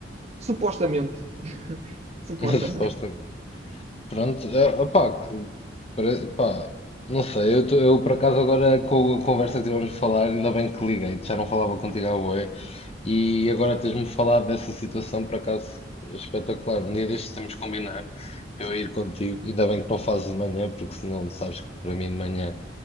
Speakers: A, on the right; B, on the left.
A: Supostamente. <laughs> Supostamente.
B: <laughs> Supostamente. Pronto, é, opá, pare- pá, não sei, eu, tô- eu por acaso agora com a conversa que tivemos a falar, ainda bem que liguei, já não falava contigo à boia, e agora tens-me falado dessa situação, por acaso espetacular. Um dia destes temos que combinar para eu ir contigo, ainda bem que não fazes de manhã, porque senão sabes que para mim de manhã